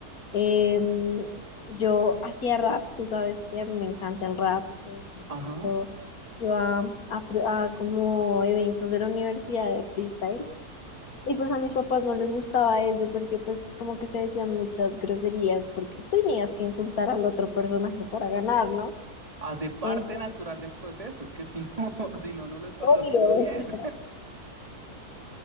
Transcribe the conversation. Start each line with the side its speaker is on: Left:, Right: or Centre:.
Left: em, yo hacía rap, tú sabes que me encanta el rap, de vez en
Right: Ajá.
Left: cuando iba a, pro- a como eventos de la universidad de freestyle. Y pues a mis papás no les gustaba eso porque pues como que se decían muchas groserías porque tenías que insultar al otro personaje para ganar, ¿no?
Right: Hace parte
Left: Entonces,
Right: natural del proceso. Es que si no, <laughs> si no, no
Left: <laughs>
Right: lo estás
Left: obvio,
Right: haciendo bien.
Left: o sea,